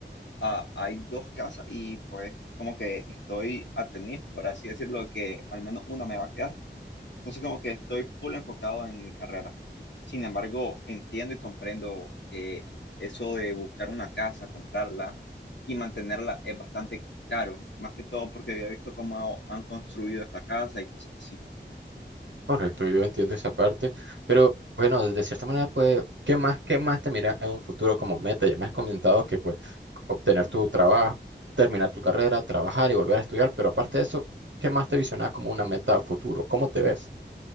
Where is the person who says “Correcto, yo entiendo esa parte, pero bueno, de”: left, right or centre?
Right